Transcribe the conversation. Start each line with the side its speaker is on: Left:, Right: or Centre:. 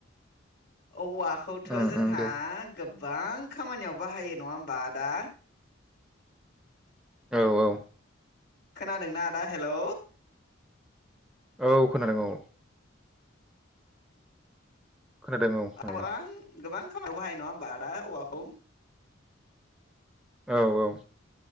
Left: औवाखौथ
Centre: उम
Left: जोंहा
Centre: उम दे
Left: गोबां खामानियाव बाहायो नङा होमबा दा
Centre: औ औ
Left: खोनादोंना आदा हेलौ?
Centre: औ खोनादों औ खोनादों औ खोनादों
Left: आरं गोबां खामानियाव बाहाय नङा होमबा आदा औवाखौ?
Centre: औ औ